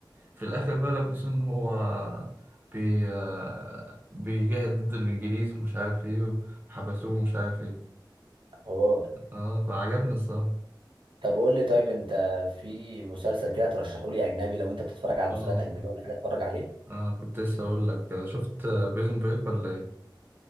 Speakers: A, on the right; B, on the right.
A: في الآخر
B: أمم.
A: بقى لبسوه إن هو بي آه، بيجاهد ضد الإنجليز ومش عارف إيه وحبسوه ومش عارف إيه
B: حوار
A: آه فعجبني الصراحة
B: طب قول لي طيب انت في مسلسل كده ترشحه لي اجنبي لو انت بتتفرج على
A: آه
B: مسلسلات اجنبيه ولا حاجه اتفرج عليه
A: آه كنت لسه أقول لك آه، شفت بريزون بريك ولا إيه؟